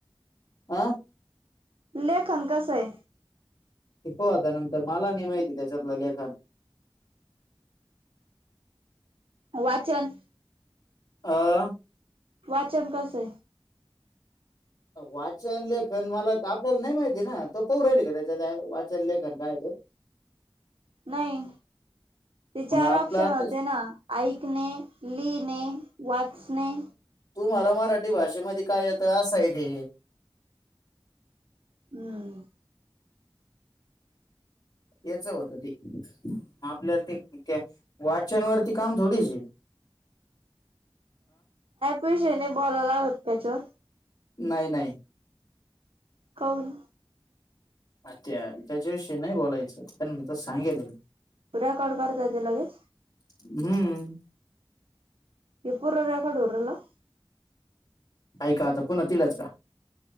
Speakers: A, on the left; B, on the right.
A: आह
B: लखनकास आहे
A: किपोहता नंतर मला नाही माहिती त्याच्यातलं लेखन
B: वाचन
A: आह
B: वाचन कसं आहे
A: वाचन लेखन मला आपल्याला नाही माहिती ना तो पौ राहिल का त्याच्या त्या वाचन लेखन काय आहे तो
B: नाही ते चार
A: आपला
B: ऑप्शन
A: आता-
B: होते ना ऐकणे लिणे वाचणे
A: तुम्हाला मराठी भाषेमध्ये काय येत असाय ते
B: हम्म
A: त्याच होत ते आपल्या ते त्या वाचन वरती काम थोडीशी
B: पैशेने बोलायला होत त्याच्यात
A: नाही नाही
B: कौन
A: अ त्या त्याच्याविषयी नाही बोलायचं त्यां तर सांगेल
B: तू रेकॉर्ड करता ते लगेच
A: हम्म
B: एपरर्याखडरल
A: ऐका आता पुन्हा तिलाच का